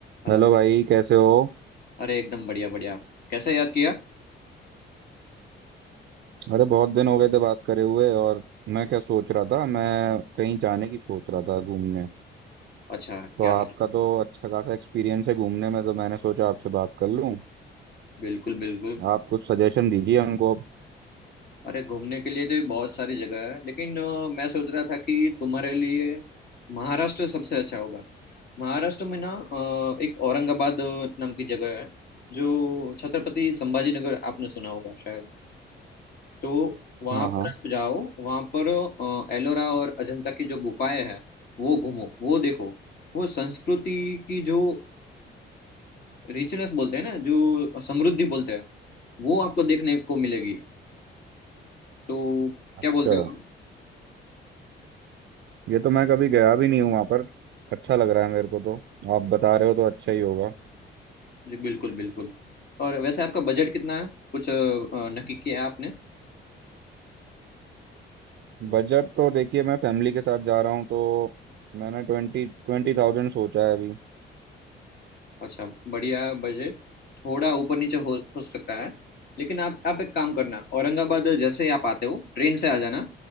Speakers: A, on the left; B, on the right.
A: Hello
B: हेलो भाई कैसे हो
A: अरे एकदम बढ़िया बढ़िया कैसे याद किया
B: अरे बहुत दिन हो गए थे बात करे हुए और मैं क्या सोच रहा था मैं कहीं जाने की सोच रहा था घूमने
A: अच्छा
B: तो
A: क्या
B: आपका तो अच्छा खासा एक्सपीरियंस है घूमने में तो मैंने सोचा आपसे बात कर लूं
A: बिल्कुल बिल्कुल
B: आप कुछ सजेशन दीजिए हमको अब
A: अरे घूमने के लिए तो बहुत सारी जगह है लेकिन अ, मैं सोच रहा था कि तुम्हारे लिए महाराष्ट्र सबसे अच्छा होगा महाराष्ट्र में ना अ, एक औरंगाबाद अ, नाम की जगह है जो छत्रपति संभाजी नगर आपने सुना होगा शायद तो वहाँ
B: हाँ
A: पर
B: हाँ
A: आप जाओ वहाँ पर अ, एलोरा और अजंता की जो गुफाएं हैं वो घूमो वो देखो वो संस्कृति की जो रिचनेस बोलते हैं ना जो समृद्धि बोलते हैं वो आपको देखने को मिलेगी तो क्या
B: अच्छा
A: बोलते हो आप?
B: ये तो मैं कभी गया भी नहीं हूँ वहाँ पर अच्छा लग रहा है मेरे को तो आप बता रहे हो तो अच्छा ही होगा
A: जी बिल्कुल बिल्कुल और वैसे आपका बजट कितना है कुछ अ, अ, नक्की किया है आपने
B: बजट तो देखिए मैं फैमिली के साथ जा रहा हूँ तो मैंने ट्वेंटी ट्वेंटी थाउजेंड सोचा है अभी
A: अच्छा बढ़िया बजट थोड़ा ऊपर नीचे हो, हो सकता है लेकिन आप आप एक काम करना औरंगाबाद जैसे ही आप आते हो ट्रेन से आ जाना